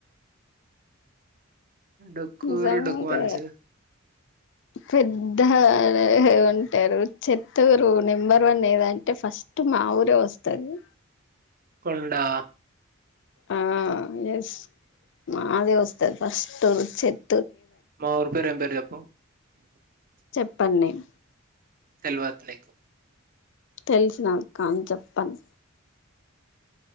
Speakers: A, on the right (about 45°); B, on the left (about 60°).
A: డొక్కురు
B: నిజంగా
A: డొక్కువన్సీ
B: పెద్ద ఉంటారు చెత్తగురు నెంబర్ వన్ ఏదంటే ఫస్ట్ టు మా ఊరే వస్తది
A: కొండా
B: ఆ ఎస్ మాదే వస్తేది ఫస్ట్ చెట్
A: మా ఊరు పేరు ఏం పేరు చెప్పు
B: చెప్పను నేను
A: తెల్వదనిక్
B: తెల్సు నాకు కాని చెప్పను